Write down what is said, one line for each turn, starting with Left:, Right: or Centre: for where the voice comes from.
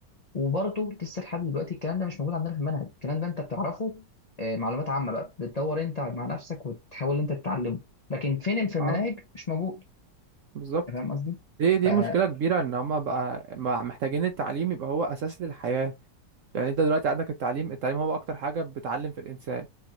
Left: وبرضه لسه لحد دلوقتي الكلام ده مش موجود عندنا في المنهج الكلام ده انت بتعرفه آه، معلومات عامه بقى بتدور انت مع نفسك وتحاول انت تتعلمه لكن فين في المناهج
Right: اه
Left: مش موجود
Right: بالظبط
Left: أنت فاهم قصدي؟
Right: دي دي
Left: ف- اه
Right: مشكله كبيره ان هم بقى بقى محتاجين التعليم يبقى هو اساس للحياه يعني انت دلوقتي عندك التعليم التعليم هو اكتر حاجة بتعلم في الانسان